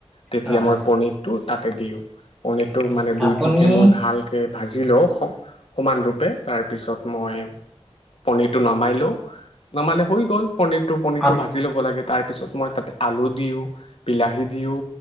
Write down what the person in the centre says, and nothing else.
হয় হয়
অ'
আপুনি
আপ